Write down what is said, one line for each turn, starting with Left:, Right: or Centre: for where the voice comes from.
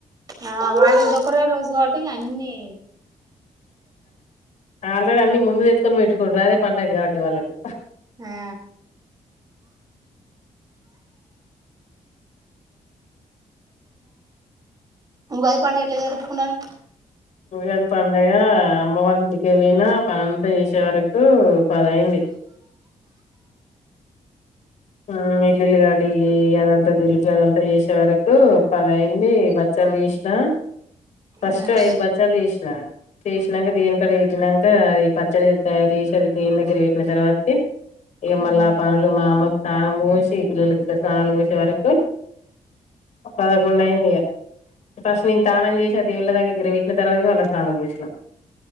Right: ఆ వాళ్ళు ఇందిొ ఒకరే రోజు కాబట్టి ఇంకా అన్నిీ
Left: ఆల్రెడీ అన్ని ముందు తెచ్చుకొని పెట్టుకోరు అదే పండగ కాబట్టి వాళ్ళకి
Right: ఆ ఉగాది పండుగ ఎట్లా జరుపుకున్నారు
Left: అది పడింగా కుంభవంటికి పోనా పనంతా చేసే వరకు పదైంది ఆ ఇల్లులిగాడికి అదంతా దులిపి అదంతా చేసే వరకు పదైంది బచ్చ ిన ఫస్ట్
Right: ఆ
Left: దు బచ్చాలు చేస చేసిన ఇక్కడ ఇట్ాక అది పచ్చడి తయారు చేసారు దేని దగ్గర పెట్టిన తర్వాత ఇ
Right: ఆ
Left: మళ్ళ పనులు మా అమ్మ స్థానం పూశి పిల్లు క స్ానాలు పూసి వరకు అప్ప అదకండయిడియా ఫస్ట్ నేను స్నానం చేసి దీంళ్ళ దగ్గర వించిన తర్వాత వాళ్ళ స్నానంూషణ